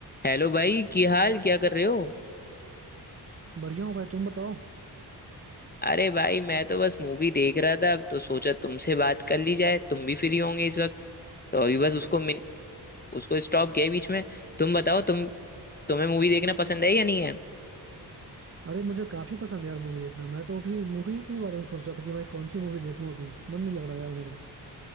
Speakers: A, on the left; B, on the right.
A: हेलो भाई की हाल क्या कर रहे हो
B: बढ़िया हो भाई तुम बताओ
A: अरे भाई मैं तो बस मूवी देख रहा था तो सोचा तुमसे बात कर ली जाए तुम भी फ्री होंगे इस वक्त तो अभी बस उसको मिन, उसको स्टॉप किया बीच में तुम बताओ तुम तुम्हें मूवी देखना पसंद है या नहीं है
B: अरे मुझे काफी पसंद है यार मूवी देखना मैं तो अभी मूवी के बारे में सोच रहा था कि मैं कौन सी मूवी देखूं अभी मन नहीं लग रहा यार मेरा